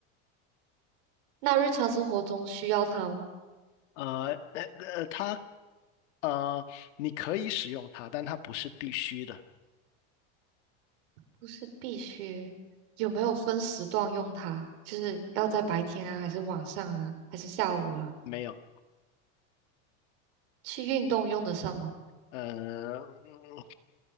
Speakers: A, on the right; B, on the left.
A: 那日常生活中需要它吗？
B: 呃，呃，呃，它，呃，你可以使用它，但它不是必须的。
A: 不是必须。有没有分时段用它？就是要在白天啊，还是晚上啊，还是下午啊？
B: 没有，
A: 去运动用得上吗？
B: 呃，嗯